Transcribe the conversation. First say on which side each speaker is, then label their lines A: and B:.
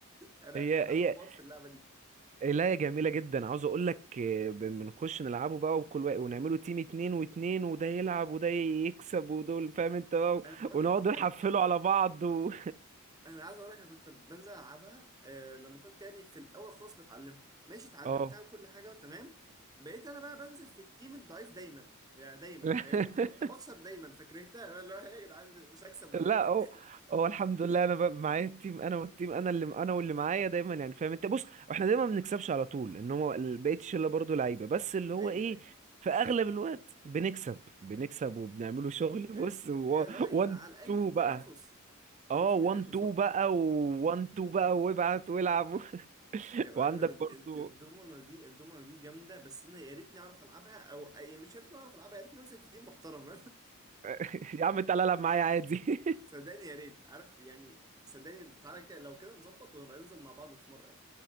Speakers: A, on the right; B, on the right.
A: انا
B: هي
A: انا
B: هي
A: حمار في اللعبه دي
B: لا هي جميلة جدا عاوز اقول لك آه، بن- بنخش نلعبه بقى وكل واحد ونعمله تيم اتنين واتنين وده يلعب وده يكسب ودول فاهم انت بقى و...
A: انا بقول
B: ونقعد
A: لك
B: نحفله
A: انا كنت
B: على بعض و...
A: انا عايز اقول لك انا كنت بنزل العبها آه لما كنت يعني في الاول خالص بتعلمها ماشي اتعلمتها
B: اه
A: وكل حاجه وتمام بقيت انا بقى بنزل في التيم الضعيف دايما يعني دايما
B: <laughs>
A: فاهمني فكنت بخسر دايما فكرهتها <laughs> بقى اللي هو إيه يا جدعان مش هكسب ولا
B: لا
A: ايه
B: هو هو الحمد لله انا ب- معايا التيم انا والتيم انا اللي انا واللي معايا دايما يعني فاهم انت بص احنا دايما ما بنكسبش على طول ان هو ال- بقيه الشله برضه لعيبه بس اللي هو
A: ايوه
B: ايه
A: ايوه
B: في اغلب الوقت بنكسب بنكسب وبنعمله شغل بص
A: ايوه
B: 1
A: أيوة، اللي هو يبقى على الاقل
B: 2
A: في تنافس
B: بقى اه
A: يبقى في
B: 1
A: تنافس
B: 2
A: اه
B: بقى و1 2 بقى وابعت والعب <laughs>
A: يا معلم
B: وعندك برضه
A: إن- الضمنه دي الضمنه دي جامده بس انا يا ريتني اعرف العبها او أي يعني مش يا ريتني اعرف العبها يا ريتني انزل في تيم محترم
B: <laughs> يا عم تعالى العب معايا عادي
A: <laughs> صدقني يا ريت عارف يعني صدقني تعالى كده لو كده نظبط ونبقى ننزل مع بعض في مره يعني